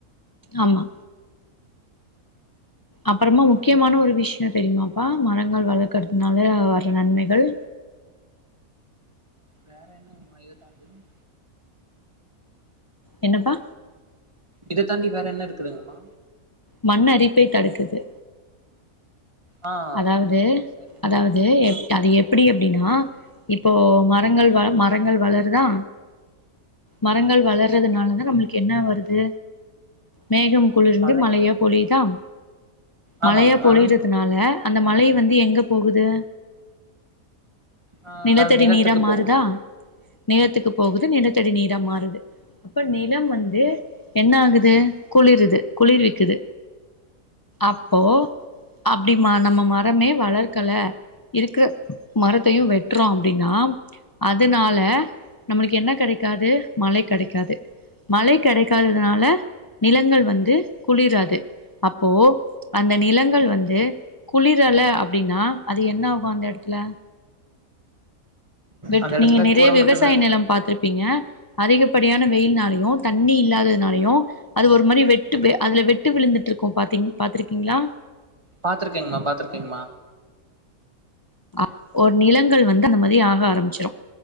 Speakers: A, on the left; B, on the right.
A: ஆம்மா அப்பறமா முக்கியமான
B: வேற என்னங்கமா
A: ஒரு விஷயோ தெரியுமா ப்பா மரங்கள் வளக்கற்துனால வர்ற நன்மைகள்
B: வேற என்ன <unintelligible>
A: என்னப்பா
B: இத தாண்டி வேற என்ன இருக்குதுங்கம்மா
A: மண் அரிப்பை தடுக்குது
B: ஆ
A: அதாவது
B: சரி
A: அதாவது
B: ஆ
A: அது எப்டி எப் அப்டின்னா இப்போ மரங்கள் வ மரங்கள் வளருதா மரங்கள்
B: ஆமாங்கமா
A: வளறதுனாலதா நம்மளுக்கு என்ன வருது மேகம் குளிர்ந்து
B: மழை
A: மலையா பொழியிதா
B: ஆமாங்கமா
A: மழையா பொழியிறதுனால அந்த மழை வந்து எங்க போகுது
B: ஆ
A: நிலத்தடி
B: நிலத்துக்கு
A: நீரா மாறுதா
B: போகுது
A: நிலத்துக்கு போகுது நிலத்தடி நீரா மாறுது அப்போ நிலம் வந்து என்ன ஆகுது குளிருது குளிர்விக்குது அப்போ அப்டிமா நம்ம மரமே வளர்க்கல இருக்குற மரத்தையு வெட்றோ அப்டின்னா ஆம் அதுனால நம்மளுக்கு என்ன கெடைக்காது மழை கெடைக்காது மழை கெடைக்காததுனால நிலங்கள் வந்து குளிராது அப்போ அந்த நிலங்கள் வந்து குளிர அல அப்புடின்னா அது என்ன ஆகு அந்த எடத்துல வெட்
B: அந்த எடத்துல
A: நீங்க நிறைய
B: கூட
A: விவசாய
B: மட்டு
A: நிலோ பாத்துருப்பீங்க அதிகப்படியான வெயில்னாலயு தண்ணி இல்லாததுனாலையு அது ஒரு மாரி வெட்டு வெ அதுல வெட்டு விழுந்துட்டு இருக்கோ பாத்தீங் பாத்துருக்கீங்களா
B: பாத்துருக்கேங்கம்மா பாத்துருக்கேங்கம்மா
A: அப் ஒரு நிலங்கள் வந்து அந்த மாதிரி ஆக ஆரம்மிச்சுரு